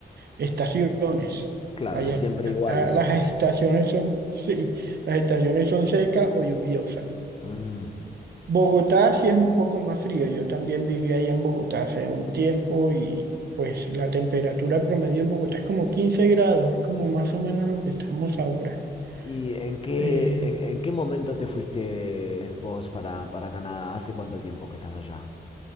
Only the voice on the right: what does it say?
estaciones.
Allá
las estaciones son, sí, las estaciones son secas o lluviosas.
Bogotá sí es un poco más frío. Yo también viví allá en Bogotá hace un tiempo y pues la temperatura promedio en Bogotá es como 15 grados, es como más o menos lo que estamos ahora.
Eh,